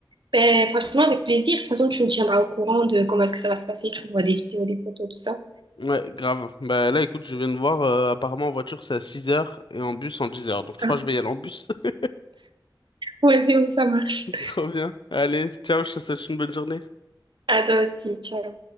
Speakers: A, on the right (about 70°); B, on the left (about 70°).
A: Ben, franchement, avec plaisir. De toute façon, tu me tiendras au courant de comment est-ce que ça va se passer. Tu vois des vidéos, des photos, tout ça.
B: Ouais, grave. Bah là, écoute, je viens de voir. euh, apparemment, en voiture c'est à 6 heures et en bus en 10 heures. Donc je
A: Hein
B: crois que je vais y aller en bus. <laughs>
A: Ouais, c'est où ça marche.
B: Trop bien. Allez, ciao. Je te souhaite une bonne journée.
A: À toi aussi, ciao.